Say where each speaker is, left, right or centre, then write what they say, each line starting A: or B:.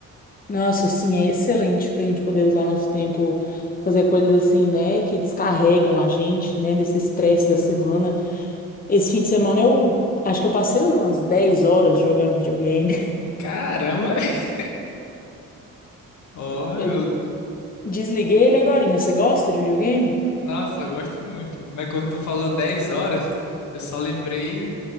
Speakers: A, on the left; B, on the left.
A: Nossa, assim, é excelente pra gente poder usar nosso tempo, fazer coisas assim, né, que descarregam a gente, né, desse estresse da semana. Esse fim de semana eu acho que eu passei umas 10 horas jogando videogame.
B: Caramba! <laughs> Ó,
A: <laughs>
B: eu-
A: Eu desliguei ele agorinha. Você gosta de videogame?
B: nossa, eu gosto muito. Mas quando tu falou 10 horas, eu só lembrei,